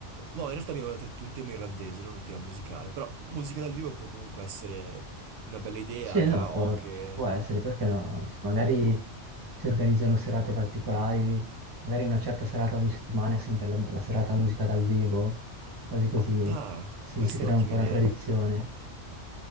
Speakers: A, on the right (about 90°); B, on the right (about 20°).
A: No, in realtà abbiamo detto un tema irlandese, non un tema musicale, però musica dal vivo può comunque essere una bella idea,
B: Sì,
A: karaoke.
B: no, può, può essere, perché no? Anzi, magari si organizzano serate particolari, magari una certa serata ogni settimana è sempre la, la serata musica dal vivo, cose così,
A: Ah,
B: si,
A: questa
B: si crea
A: è un'ottima
B: un po'
A: idea.
B: una tradizione.